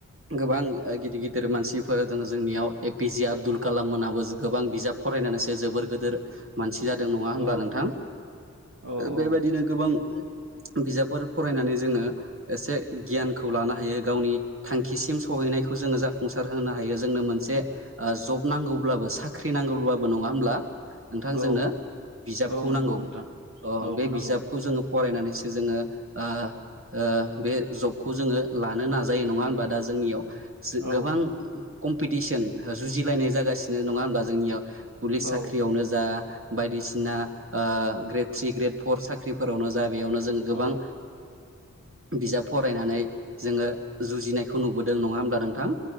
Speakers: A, on the right; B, on the right.
A: गोबां गिदिर गिदिर मानसिफोर दङ जोंनियाव एपिजे आबदुल कालाम मोनाबो गोबां बिजाब फरायसो जोबोर गोदोर मानसि जादों नङा
B: औ
A: होनब्ला नोंथां
B: औ
A: बेबायदिनो
B: औ
A: गोबां बिजाबफोर फरायनानै जोङो एसे गियानखौ लानो हायो गावनि थांखिसिम सहैनायखौ जोङो जाफुंसार होनो हायो जोंनो मोनसे ओ जब नांगौब्लाबो साख्रि नांगौब्लाबो नङा होमब्ला नोंथांजोंनो
B: औ
A: बिजाबखौ
B: औ नंगौ
A: नांगौ
B: नोंथां
A: ओ
B: औ
A: बे
B: नंगौ
A: बिजाबखौ जोङो फरायनानैसो जोङो ओ ओ बे जबखौ जोङो लानो नाजायो नङा होमबा दा जोंनियाव
B: औ
A: गोबां कम्पिटिसन जुजिलायनाय जागासिनो नङा होनोमब्ला जोंनियाव पुलिस
B: औ
A: साख्रियावनो जा बायदिसिना O grade three grade four साख्रि ख्रिफोरावनो जा बेयावनो जोङो गोबां
B: औ
A: बिजाब फरायनानै जोङो जुजिनायखौ नुबोदों नङा होमब्ला नोंथां